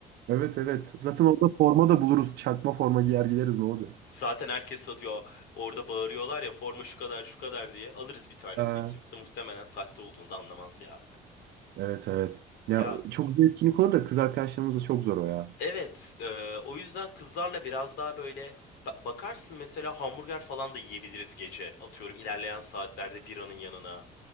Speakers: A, on the right; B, on the left.
A: Evet evet. Zaten orada forma da buluruz. Çakma forma giyer gideriz ne olacak?
B: Zaten herkes satıyor. Orada bağırıyorlar ya forma şu kadar şu kadar diye. Alırız bir tanesini.
A: Ha.
B: Kimse muhtemelen sahte olduğunu da anlamaz ya.
A: Evet evet. Ya
B: Ya
A: çok güzel etkinlik olur da kız arkadaşlarımızla çok zor o ya.
B: evet e, o yüzden kızlarla biraz daha böyle ba- bakarsın mesela hamburger falan da yiyebiliriz gece. Atıyorum ilerleyen saatlerde biranın yanına.